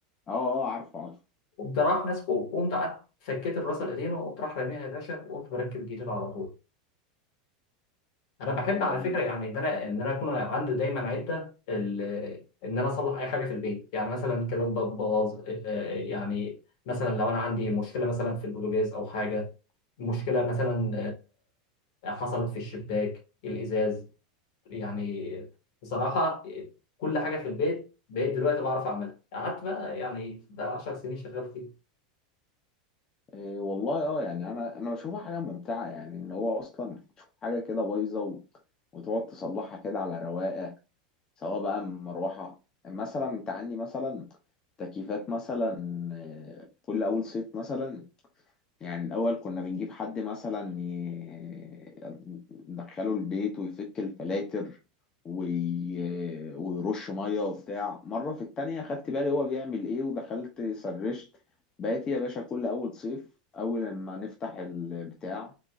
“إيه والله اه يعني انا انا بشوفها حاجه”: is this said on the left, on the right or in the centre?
Left